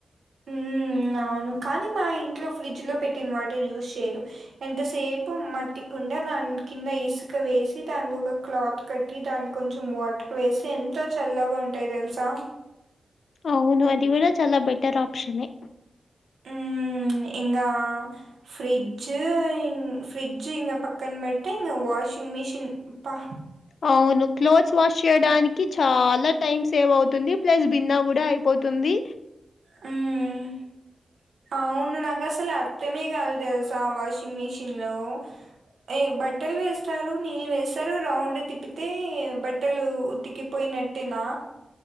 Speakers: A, on the right; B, on the left.
A: ఉమ్ అవును కానీ మా ఇంట్లో ఫ్రిడ్జ్ లో పెట్టిన వాటర్ యూస్ చెయ్రు ఎంతసేపు మట్టికుండా దాన్ కింద ఇసుక వేసి దాన్కి ఒక క్లాత్ కట్టి దాన్కి కొంచెం వాటర్ వేసి ఎంత చల్లగా ఉంటాయో తెల్సా
B: అవును అది కూడా చాలా బెటర్ ఆప్షనే
A: ఉమ్ ఇంగా ఫ్రిడ్జ్ ఇం ఫ్రి డ్జ్ ఇంగ పక్కన్ పెడితే ఇంగ వాషింగ్ మిషన్ పా
B: అవును క్లోత్స్ వాష్ చేయడానికి చాలా టైమ్ సేవ్ అవుతుంది ప్లస్ భిన్నే కూడా అయిపోతుంది
A: హ్మ్. అవును నాకు అసలు అర్థమే కాదు తెలుసా ఆ వాషింగ్ మిషిన్ లో ఎ బట్టలు వేస్తారు నీళ్ళు వేస్తారు రౌండ్ తిప్పితే బట్టలు ఉత్తికిపోయిన ట్టేనా